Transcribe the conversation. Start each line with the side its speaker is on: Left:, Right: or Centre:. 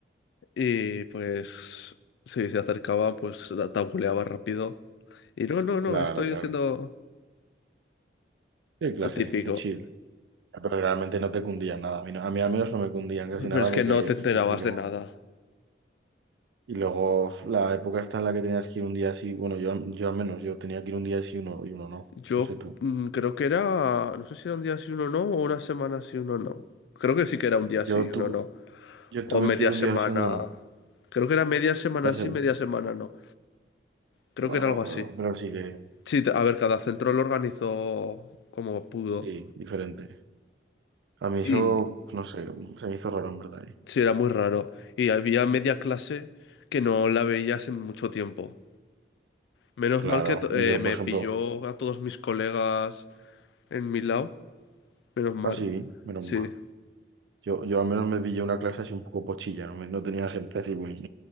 Left: y pues si se acercaba, pues la tabuleaba rápido. Y no, no, no,
Right: claro,
Left: estoy
Right: claro.
Left: haciendo
Right: Sí, clase,
Left: lo típico.
Right: qué chill. Pero realmente no te cundían nada, a mí, no- a mí al menos no me cundían casi nada
Left: Pero es
Right: porque
Left: que no te enterabas
Right: se explicaban.
Left: de nada.
Right: Y luego la época está en la que tenías que ir un día así, bueno, yo, yo al menos, yo tenía que ir un día así uno y uno no,
Left: Yo
Right: no sé tú.
Left: mm, creo que era, no sé si era un día sí, uno no, o una semana sí, uno no. Creo que sí que era un día
Right: Yo
Left: sí,
Right: tuve,
Left: uno no.
Right: yo
Left: O
Right: tuve
Left: media
Right: que ir un
Left: semana.
Right: día así uno no.
Left: Creo que era media semana
Right: Ya
Left: sí,
Right: sé,
Left: media semana no. Creo
Right: bueno,
Left: que era
Right: no
Left: algo
Right: me acuerdo,
Left: así.
Right: pero sí que,
Left: Sí, a ver, cada centro lo organizó como pudo.
Right: sí, diferente. A mí
Left: Y
Right: eso, no sé, se me hizo raro en verdad. ¿eh?
Left: sí, era muy raro. Y había media clase que no la veía hace mucho tiempo. Menos
Right: Claro,
Left: mal que to-
Right: y
Left: eh,
Right: yo,
Left: me
Right: por ejemplo,
Left: pilló a todos mis colegas en mi lado. Menos mal.
Right: así, menos
Left: Sí.
Right: mal. Yo, yo al menos me pillé una clase así un poco pochilla, no, me- no tenía gente así muy...